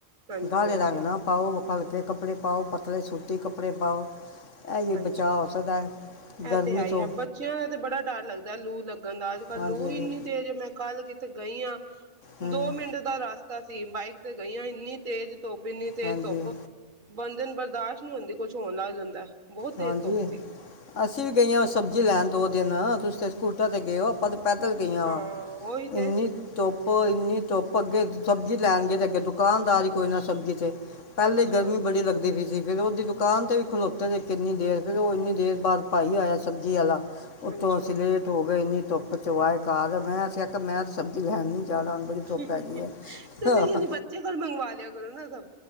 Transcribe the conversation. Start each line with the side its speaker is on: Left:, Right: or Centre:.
Right: ਹਾਂਜੀ
Left: ਗਾਲੇ
Right: ਹਾਂਜੀ
Left: ਰੰਗ ਨਾ ਪਾਓ ਹਲਕ ਤੇ ਕਪੜੇ ਪਾਓ ਪਤਲੇ ਸੂਟੀ ਕੱਪੜੇ ਪਾਓ। ਇਹੀ
Right: ਹਾਂਜੀ
Left: ਅ ਬਚਾਅ ਹੋ ਸਕਦਾ।
Right: ਇਹ
Left: ਗਰਮੀ
Right: ਤੇ ਹੈ ਹੀ
Left: ਤੋਂ
Right: ਆ ਬੱਚਿਆਂ ਦਾ ਤੇ ਬੜਾ ਡਰ ਲੱਗਦਾ ਲੂ ਲੱਗ ਗੰਦਾਜ ਕੱਲ
Left: ਹਾਂਜੀ
Right: ਲੂ
Left: ਹਾਂਜੀ
Right: ਇੰਨੀ ਤੇਜ਼ ਜੇ ਮੈਂ ਕੱਲ ਤੇ ਗਈ ਆਂ
Left: ਹੂੰ
Right: ਦੋ ਮਿੰਟ ਦਾ ਰਾਸ ਤ ਸੀ ਬਾਈਕ ਤੇ ਗਈਆਂ ਇੰਨੀ ਤੇਜ਼ ਧੁੱਪ ਇੰਨ੍ਹੀਂ ਤੇਜ
Left: ਹਾਂਜੀ
Right: ਧੁੱਪ ਬੰਦੇ ਨੂੰ ਬਰਦਾਸ਼ਤ ਨਈਂ ਹੁੰਦੀ ਕੁਛ ਹੋਣ ਲੱਗ ਜਾਂਦਾ ਬਹੁਤ ਤੇਜ
Left: ਹਾਂਜੀ
Right: ਧੁੱਪ ਸੀ।
Left: ਅਸੀਂ ਵੀ ਗਈਆਂ ਸਬਜ਼ੀ ਲੈਣ ਦੋ ਦਿਨ ਤੁਸੀਂ ਅਤੇ ਸਕੂਟਰ ਤੇ ਗਏ ਓ ਆਪਾਂ ਤੇ ਪੈਦਲ ਗਈਆਂ
Right: ਹਾਂ
Left: ਵਾਂ
Right: ਉਹੀ
Left: ਇੰਨੀ
Right: ਤੇ
Left: ਧੁੱਪ ਇੰਨੀਂ ਧੁੱਪ ਅੱਗੇ ਸਬਜ਼ੀ ਲੈਣ ਗੇ ਤੇ ਅੱਗੇ ਦੁਕਾਨਦਾਰ ਈ ਕੋਈ ਨਾ ਸਬਜ਼ੀ ਚ ਪਹਿਲੇ
Right: ਅੱਛਾ
Left: ਗਰਮੀ ਬੜੀ ਲੱਗਦੀ ਪਈ ਸੀ। ਵਿਰੋਧੀ ਕਾਨ ਤੇ ਵੀ ਖਲੋਤੇ ਦੇ ਇੰਨੀ ਦੇਰ ਫਿਰ ਉਹ ਇੰਨੀ ਦੇਰ ਬਾਅਦ ਪਾਈ ਆਇਆ ਸਬਜ਼ੀ ਵਾਲਾ ਉਤੋਂ
Right: ਅੱਛਾ
Left: ਅਸੀਂ ਲੇਟ ਹੋ ਗਏ ਇੰਨੀਂ ਧੁੱਪ ਚਵਾਏ ਖਾ ਦੇ ਮੈਂਸੀ ਆਖ ਮੈਂ ਤਾਂ ਸਬਜ਼ੀ ਲੈਣ ਨਹੀਂ ਜਾਣਾ ਹੁਣ ਬੜੀ ਧੁੱਪ
Right: ਤੁਸੀਂ
Left: ਹੈਗੀ ਹੈ
Right: ਕਹਿੰਦੇ ਬੱਚੇ ਕੋਲ ਮੰਗਵਾ ਲਿਆ ਕਰੋ ਨਾ ਸਭ